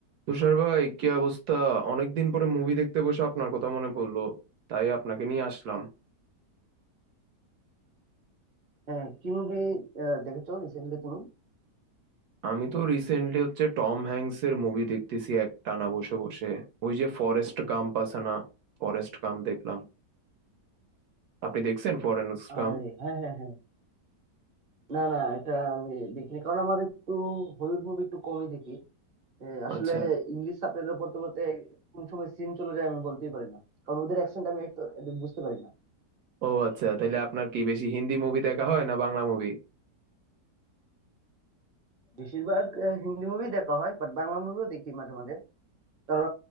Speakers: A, on the right; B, on the right.
A: তুষার ভাই কি অবস্থা অনেকদিন পরে মুভি দেখতে বসে আপনার কথা মনে পড়লো তাই আপনাকে নিয়ে আসলাম
B: হ্যাঁ কি মুভি দেখেছো রিসেন্টলি তুমি
A: আমি তো রিসেন্টলি হচ্ছে টম হ্যাংস এর মুভি দেখতেছি এক টানা বসে বসে ওই যে ফরেস্ট গাম্প আছে না ফরেস্ট গাম্প দেখলাম আপনি দেখছেন ফরেস্ট গাম্প
B: আর হ্যাঁ হ্যাঁ হ্যাঁ না না এটা আমি দেখিনি কারণ আমার একটু হলিউড মুভি একটু কমই দেখি এ, আসলে
A: আচ্ছা
B: ইংলিশ সাবটাইটেল পড়তে পড়তে কোন সময় সিন চলে যায় আমি বলতেই পারি না কারণ ওদের অ্যাকসেন্ট আমি একটু একটু বুঝতে পারি না
A: ও আচ্ছা তাহলে আপনার কি বেশি হিন্দি মুভি দেখা হয় না বাংলা মুভি
B: বেশিরভাগ আহ, হিন্দি মুভি দেখা হয় বাট বাংলা মুভিও দেখি মাঝে মাঝে কারণ